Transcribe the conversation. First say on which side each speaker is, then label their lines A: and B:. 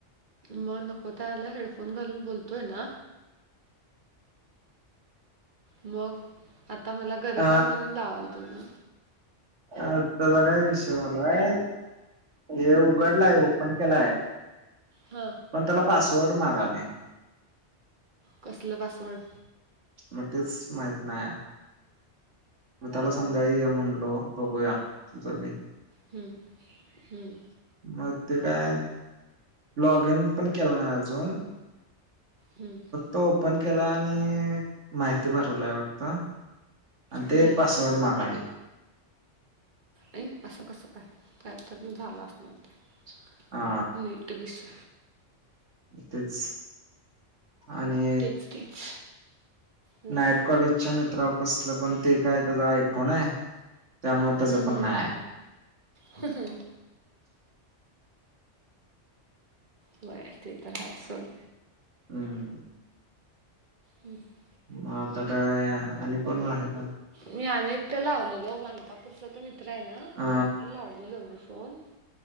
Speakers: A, on the right; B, on the right.
A: मग नको त्याला वेळेला हेडफोन घालून बोलतोय ना. मग. आता मला गरज
B: अ
A: आहे म्हणून लावलतो ग.
B: अ त्याचा काय विषय झालाय. हे उघडलाय ओपन केलाय
A: हां
B: पण त्याला पासवर्ड मागाले.
A: कसलं पासवर्ड
B: मग तेच माहित नाही मग त्यालाच संध्याकाळी ये म्हणलो बघूया तुझं बी
A: हम्म. हम्म.
B: मग ते काय लॉगिन पण केलं नाही अजून.
A: हम्म.
B: तो ओपन केलाय आणि माहिती भरलाय वाटत. आणि ते
A: हम्म
B: पासवर्ड मागालय.
A: ऐ असं कसं काय काहीतर झालं असणार ते
B: हा
A: नी ते बी स
B: तेच आणि
A: तेच तेच हम्म
B: नाईट कॉलेजच्या मित्रा पसलं पण ते काय त्याचा आयफोन आहे. त्यामुळे त्याच
A: हम्म
B: पण नाही आहे
A: हम् होय ते तर हाय सोड.
B: हम्म.
A: हं हं
B: मग आता काय आणि कोण आहे काय?
A: मी अनेक एकटं लावलेलो माणकापूरचा तो मित्र आहे ना
B: अ
A: त्याला पण लावलेलो मी फोन.